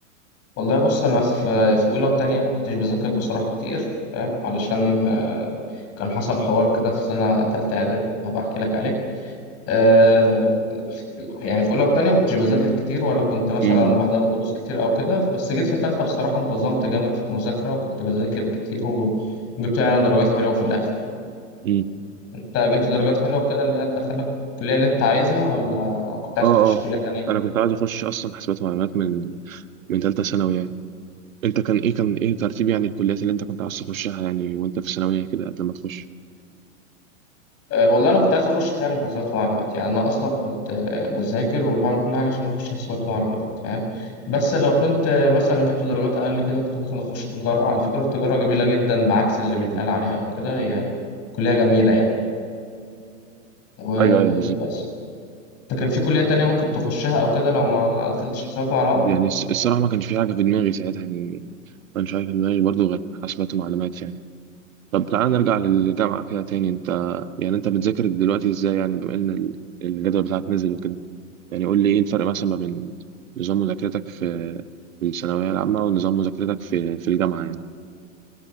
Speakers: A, on the left; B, on the right.
A: والله بص انا في في اولى وتانية ما كنتش بذاكر بصراحه كتير فاهم علشان آه، كان حصل حوار كده في سنه تالتة اعدادي هبقى احكي لك عليه آه، في- يعني في اولى وتانية ما كنتش بذاكر كتير ولا كنت مثلا
B: أمم،
A: بحضر دروس كتير او كده بس جيت في تالتة بصراحه انتظمت جامد في المذاكره وكنت بذاكر كتير وجبت يعني درجات حلوه في الاخر
B: أمم.
A: انت جبت درجات حلوه وكده اللي هي تدخلك الكليه اللي انت عايزها ولا
B: آه
A: كنت عايز تخش كليه
B: آه
A: تانية
B: أنا كنت عايز أخش أصلا حاسبات ومعلومات من من تالتة ثانوي يعني أنت كان إيه كان إيه ترتيب يعني الكليات اللي أنت كنت عايز تخشها يعني وأنت في الثانوية كده قبل ما تخش؟
A: أه والله انا كنت عايز اخش فعلا حسابات ومعلومات يعني انا اصلا كنت أه، بذاكر وبعمل كل حاجه عشان اخش حسابات ومعلومات فاهم بس لو كنت أه، مثلا جبت درجات اقل كده كنت ممكن اخش تجاره على فكره التجاره جميله جدا بعكس اللي بيتقال
B: أمم.
A: عليها وكده هي كليه جميله يعني وبس
B: أيوه أيوه بالظبط
A: انت كان في كليه تانية ممكن تخشها او كده لو ما قلتش حسابات ومعلومات
B: يعني الص- الصراحة ما كانش في حاجة في دماغي ساعتها يعني ما كانش حاجة في دماغي برضه غير حاسبات ومعلومات يعني طب تعال نرجع للجامعة كده تاني انت يعني انت بتذاكر دلوقتي ازاي يعني بما ان ال- الجدول بتاعك نزل وكده يعني قول لي ايه الفرق مثلا ما بين نظام مذاكرتك في الثانوية العامة ونظام مذاكرتك في في الجامعة يعني